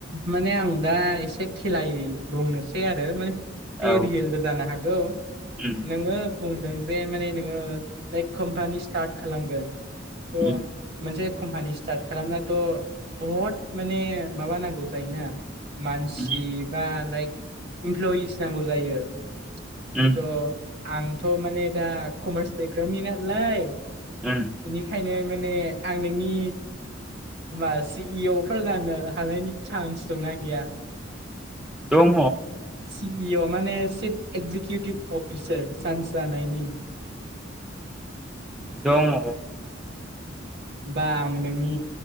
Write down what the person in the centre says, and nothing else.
औ
उम
उम
उम
उम
उम
दङ।
दङ'।